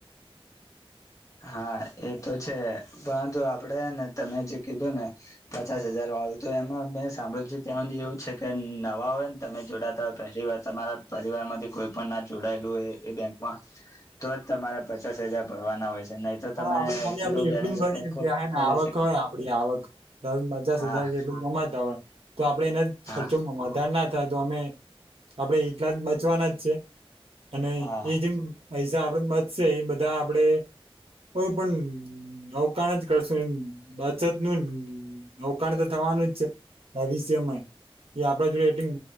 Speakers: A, on the left; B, on the right.
A: હા એ તો છે પરંતુ આપડે ને તમે જે કીધું ને પચાસ હજાર હાલ તો એમાં મેં સાંભળ્યું છે ત્યાં સુધી એવું છે કે નવા હોય ને તમે જોડાતા હોય પહેલી વાર તમારા પરિવાર માંથી કોઈ પણ ના જોડાયેલું હોય એ બેંકમાં તો જ તમારે પચાસ હજાર ભરવાના હોય. છે નહી તો
B: હા
A: તમે
B: આપડે ખાલી
A: જીરો
B: આપડે
A: બેલેન્સ
B: એટલું કરી
A: ઉપર
B: કે હ ને
A: ખોલે
B: આવક
A: છે
B: હોય આપડી આવક ધારોકે પચાસ
A: હા
B: હજાર એટલું કમાતા હોય તો આપડે એના જ
A: હા
B: ખર્ચો વધારે ના થાય તો અમે આપડે એટલા જ બચવાના જ છે. અને
A: હા
B: એ જેમ પૈસા આપડે બચશે એ બધા આપડે કોઈ પણ અવકાણ જ કરશો બાચત નું અવકાણ થવાનું જ છે ભવિષ્યમાંય એ આપડે જોડે એટલી